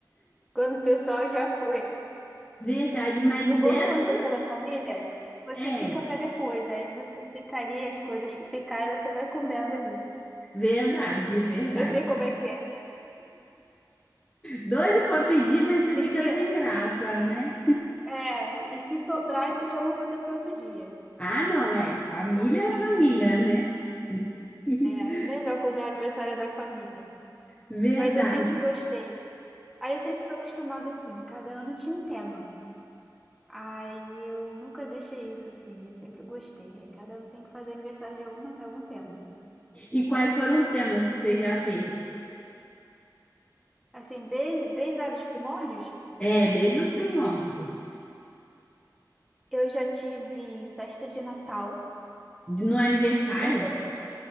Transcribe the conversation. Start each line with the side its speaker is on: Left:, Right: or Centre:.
Centre: Quando o pessoal já foi.
Left: verdade, mas
Centre: O banco,
Left: essa
Centre: quando você é da família, você
Left: é
Centre: fica pra depois. Aí você fica ali, as coisas que ficaram, você vai comendo ali.
Left: verdade, verdade.
Centre: Eu sei como é que é.
Left: Doido pra pedir, mas você fica
Centre: E se,
Left: sem graça, né?
Centre: é, e se sobrar, ainda chamam você para outro dia.
Left: Ah, não, é. Família
Centre: E aí,
Left: é família, né? <laughs>
Centre: é melhor quando é aniversário da família.
Left: Verdade.
Centre: Mas eu sempre gostei. Aí eu sempre fui acostumada assim, cada ano tinha um tema. Aí eu nunca deixei isso assim, eu sempre gostei. Aí cada ano tem que fazer aniversário de alguma, de algum tema.
Left: E quais foram os temas que você já fez?
Centre: Assim, desde, desde lá dos primórdios,
Left: É, desde os primórdios.
Centre: eu já tive festa de Natal.
Left: No aniversário?
Centre: Essa